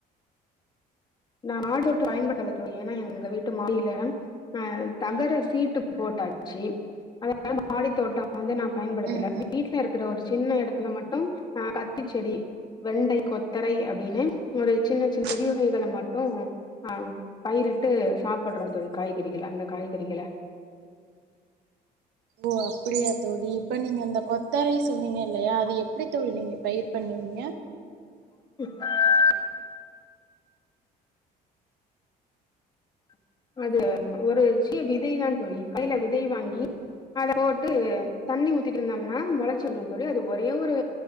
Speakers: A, on the left (about 25°); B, on the right (about 85°).
A: நா மாடிதோட்டம் பயன்படுத்தல தோழி ஏன்னா எங்க வீட்டு மாடில அ தகர சீட்டு போட்டாச்சு அதா மாடித்தோட்டம் வந்து நா பயன்படுத்தல
B: ம்
A: வீட்ல இருக்கிற ஒரு சின்ன எடத்துல மட் டும் கத்திரிச்செடி வெண்டை கொத்தரை அப்டின்னு ஒரு
B: ம்
A: சின்ன சின்ன செடி வகைகள மட் டும் ஆ பயிரிட்டு சாப்புட்றோ தோழி காய்கறிகள் அந்த காய்கறிகள
B: ஓ அப்புடியா தோழி இப்ப நீங்க அந்த கொத்தரை சொன்னீங்க இல்லையா அது எப்டி தோழி நீங்க பயிர் பண்ணுவீங்க
A: <unintelligible> அது ஒருச்சிய விதை தா தோழி கைல விதை வாங்கி அத போட்டு தண்ணி ஊத்திட்ருந்தம்னா
B: ம்ஹ்ம்.
A: மொளச் சு வரு தோழி அது ஒரே ஒரு